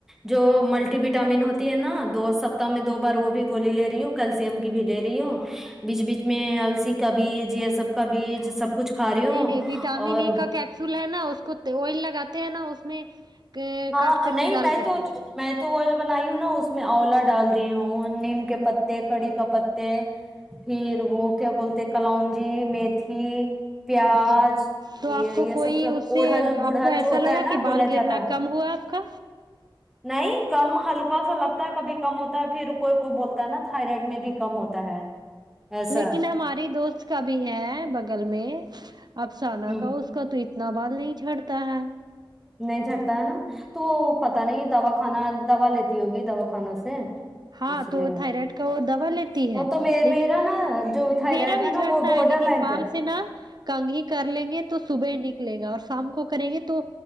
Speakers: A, in the centre; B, on the right (about 50°).
A: جو ملٹی وٹامن ہوتی ہے نا دو سپتاہ میں دو بار وہ بھی گولی لے رہی ہوں کیلشیئم کی بھی لے رہی ہوں بیچ بیچ میں السی کا بیج یہ سب کا بیج سب کچھ کھا رہی ہوں
B: نہیں نہیں وٹامن
A: اور
B: ای کا کیپسول ہے نا اس کو آئل لگاتے ہیں نا اس میں
A: ہاں
B: کاٹ کر
A: نہیں
B: کے ڈال
A: میں
B: کر
A: تو
B: کے لگا
A: میں تو آئل بنائی ہوں نا اس میں اولا ڈال دی ہوں نیم کے پتے کڑی کا پتے پھر وہ کیا بولتے کلونجی میتھی پیاز
B: اچھا تو
A: یہ
B: آپ کو
A: یہ
B: کوئی
A: سب سب
B: اس سے
A: اڑہل گڑہل
B: آپ کو ایسا
A: جو ہوتا
B: لگا
A: ہے نا
B: کہ
A: بولا
B: بال گرنا
A: جاتا ہے
B: کم ہوا کا
A: نہیں کم ہلکا سا لگتا ہے کبھی کم ہوتا ہے پھر کوئی کوئی بولتا ہے نا تھائرائڈ میں بھی کم ہوتا ہے ایسا
B: لیکن ہماری دوست کا بھی ہے بغل میں افسانہ
A: ہ
B: کا اس کا تو اتنا بال نہیں جھڑتا ہے
A: نہیں جھرتا ہے نا تو وہ پتا نہیں دوا خانا دوا لیتی ہوگی دوا کھانے سے
B: ہاں
A: اس
B: تو
A: لیے
B: تھائرائڈ کا وہ دوا لیتی
A: وہ
B: ہے
A: تو میں
B: لیکن
A: میرا نا جو تھائرائڈ
B: میرا بھی
A: ہے نا
B: جھرتا
A: وہ بارڈر
B: ہے لیکن
A: لائن
B: بال
A: پہ
B: سے نہ کنگی کرلیں گے تو صبح نکلے گا اور شام کو کریں گے تو